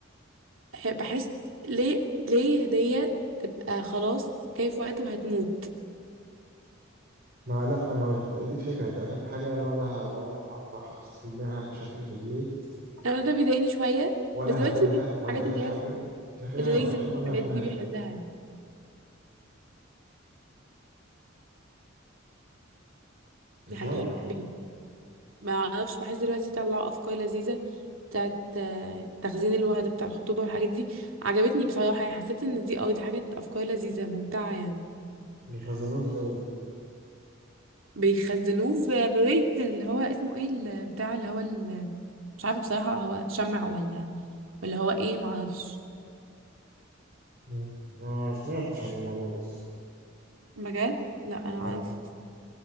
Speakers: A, on the right; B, on the right.
A: بحس ليه ليه هدية تبقى خلاص جاي في وقته وهتموت
B: ما لا ما مش- دي الفكرة تغير حاجة أنا ولا ه- ولا هعرف أح- أستفيد منها كشكل في البيت
A: انا ده بيضايقني شوية
B: ولا
A: بس دلوقتي
B: هاكلها
A: بيطلعوا
B: ولا
A: الحاجات
B: أي
A: اللي
B: حاجة
A: هي
B: مش عارف إيه
A: الريزن
B: مش عارف
A: والحاجات
B: إيه ولا هاكلها
A: دي
B: دي
A: بيحلها
B: مش
A: يعني
B: عارف يعني
A: بي... ما اعرفش بحس دلوقتي طلعوا افكار لذيذة بتاعت آه، تخزين الورد بتاع الخطوبة والحاجات دي عجبتني بصراحة يعني حسيت ان دي اه دي حاجات افكار لذيذة ممتعة يعني
B: بيخزنوه إزاي ده
A: بيخزنوه ب- بريزن اللي هو اسمه ايه ال- بتاع اللي هو ال- مش عارفة بصراحة هو شمع ولا ولا هو ايه معرفش
B: مم. ما سمعتش عن الموضوع ده الصراحة
A: بجد لا انا
B: لا
A: اعرف